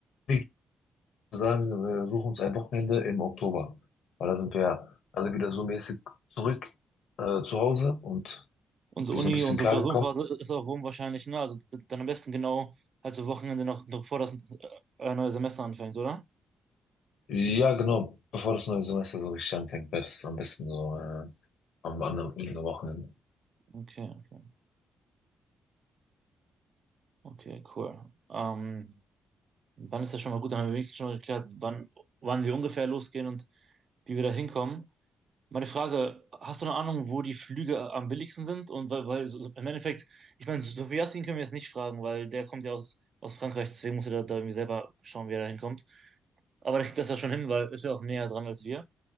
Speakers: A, on the left (about 75°); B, on the right (about 55°).
A: wir sagen, wir suchen uns ein Wochenende im Oktober. Weil da sind wir alle wieder so mäßig zurück äh, zu Hause und
B: Unsere
A: so
B: Uni,
A: ein bisschen
B: unsere
A: klargekommen.
B: Klausurenphase ist auch rum wahrscheinlich, ne? Also d- dann am besten genau halt so Wochenende noch, noch bevor das äh, neue Semester anfängt, oder?
A: Ja, genau, bevor das neue Semester so richtig anfängt, wäre das am besten so äh, am anderen Wochenende.
B: Okay, okay. Okay, cool. Ähm, dann ist ja schon mal gut, dann haben wir wenigstens schon mal geklärt, wann, wann wir ungefähr losgehen und wie wir da hinkommen. Meine Frage, hast du eine Ahnung, wo die Flüge am billigsten sind? Und weil, weil so, so im Endeffekt, ich meine, Sofiassin können wir jetzt nicht fragen, weil der kommt ja aus, aus Frankreich, deswegen muss er da, da irgendwie selber schauen, wie er da hinkommt. Aber der kriegt das ja schon hin, weil ist ja auch näher dran als wir.